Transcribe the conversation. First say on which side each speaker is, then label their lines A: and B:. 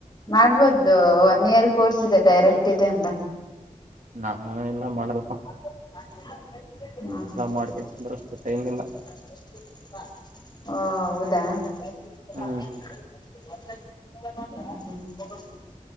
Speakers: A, on the left; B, on the right.
A: ಮಾಡ್ಬೋದು ಒನ್ ಇಯರ್ ಕೋರ್ಸ್ ಇದೆ ಡೈರೆಕ್ಟ್ ಇದೆ ಅಂತ
B: ನಾನ ಎಲ್ಲ ಮಾಡಾರಪ್ಪ
A: ಹ ಹ
B: ಮಾಡ್ಕೊಂತಂದ್ರ
A: ಹ
B: ಅಷ್ಟು ಟೈಮ್ ಇಲ್ಲ
A: ಹೌದಾ <inaudible> ಹ
B: ಹ್ಮ್
A: ಹ <inaudible>